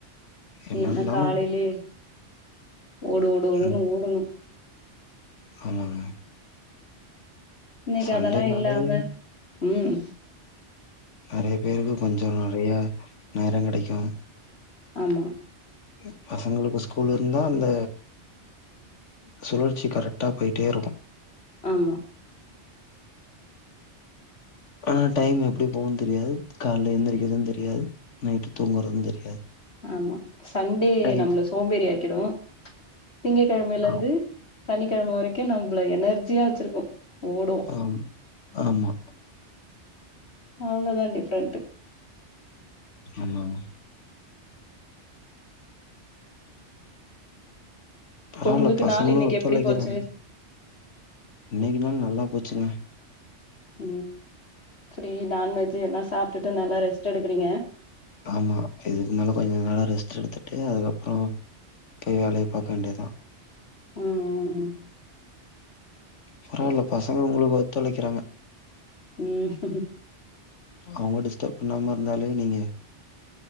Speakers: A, on the left; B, on the left.
A: என்ன
B: இல்லன்னா
A: இருந்தாலு
B: காலையிலயே ஓடு ஓடு ஓடுணு
A: ம்.
B: ஓடுணோ
A: ஆமாங்க
B: இன்னைக்கி
A: சண்டேனாலே
B: அதெல்லா இல்லாம ம்
A: நறைய பேருக்கு கொஞ்சோ நறைய நேரோ கடைக்கு
B: ஆமா
A: எ பசங்களுக்கு ஸ்கூல் இருந்தா அந்த சுழற்சி கரெக்டா போய்ட்டே இருக்கு
B: ஆமா
A: ஆனா டைம் எப்டி போவுன் தெரியாது கால்லே எந்திக்கிறது தெரியாது நைட்டு் தூங்குறது தெரியாது
B: ஆமா சண்டே
A: டைம்
B: நம்ள சோம்பேறி ஆக்கிடு திங்க கெழமையிலந்து
A: ஆ
B: சனிக்கெழம வரைக்கு நம்மள எனர்ஜியா வச்சிருக்கு ஓடு
A: ஆம் ஆமா
B: அவ்ளோதா டிஃப்ரெண்ட்டு
A: ஆமாமா பரவால
B: உங்களுக்கு
A: பசங்களு
B: நாள் இன்னைக்கு
A: ஒத்துழைக்கிறாங்
B: எப்டி போச்சு
A: இன்னிக்கு நாள் நல்லா போச்சிங்க
B: ம் ஃப்ரீ நான்வெஜ்ஜூ எல்லா சாப்ட்டுட்டு நல்லா ரெஸ்ட் எடுக்றீங்க
A: ஆமா இதுக்கு மேல கொஞ்சோ நல்லா ரெஸ்ட் எடுத்துட்டு அதுக்கப்றோ போயி வேலய பாக்க வேண்டியதா
B: ம்
A: பரவால்ல
B: சரி சரி
A: பசங்க ஒங்ளுக்கு ஒத்துழைக்கிறாங்க
B: ம்
A: அவங்க டிஸ்டப் பண்ணாம இருந்தாலே நீங்க